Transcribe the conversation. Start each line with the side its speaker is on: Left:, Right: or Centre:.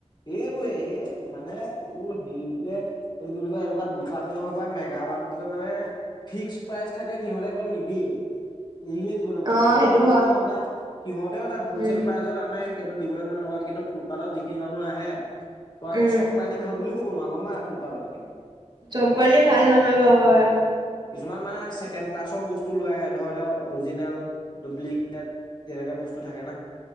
Left: এইবোৰে সেই মানে তোৰ হেৰিবোৰকে <inaudible> এইটো কি বোলে কয় এনেকুৱা দোকানেই হওক বা মেগা বাট বকে মানে <inaudible> ফিক্স প্ৰাইচ থাকে সিহঁতে একদম নিদিয়ে। এৰিয়ে দিব <unintelligible> মন
Right: অ
Left: নকৰে
Right: সেইটো
Left: আৰু সেইটোও হয় না সিহঁতেও এটা হ'লচেল
Right: উম
Left: প্ৰাইজত আনে। <inaudible> সেইটো দিবলৈ মন নকৰে কিন্তু ফুটপাথত যিখিনি মানুহ আহে। ত আকৌ
Right: উম
Left: চব কোৱালিটি ভাল বুলি <inaudible> ক'ব নোৱাৰ গম পাৱ নাই ফুত ফাটত থকাখিনি। <unintelligible>
Right: চব কোৱালিটি ভাল নহয় বাৰু হয়। <inaudible>
Left: কিছুমান মানে ছেকেণ্ড ক্লাছৰ বস্তু লৈ আহে ধৰ এতিয়া অৰিজিনেল, ডুপ্লিকেট <inaudible> তেনেকা বস্তু থাকে না।